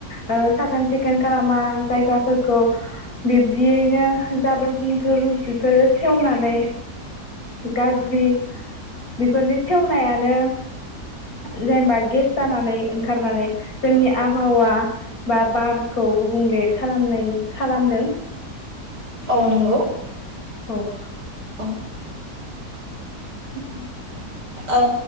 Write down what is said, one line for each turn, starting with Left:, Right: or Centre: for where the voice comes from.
Left: ओ साखोन सिखोन खालामा जायगाफोरखौ बिब्दियैनो जाबो जुनथुर बेफोर सेवनानै गाज्रि बेफोरनि सेवनायानो जेनेबा गेस जानानै ओंखारनानै जोंनि आबहावा बा बारखौ गुबुंले खालामनाय खालामदों।
Right: औ नंगौ।
Left: औ।
Right: अ
Left: <unintelligible>
Right: ओ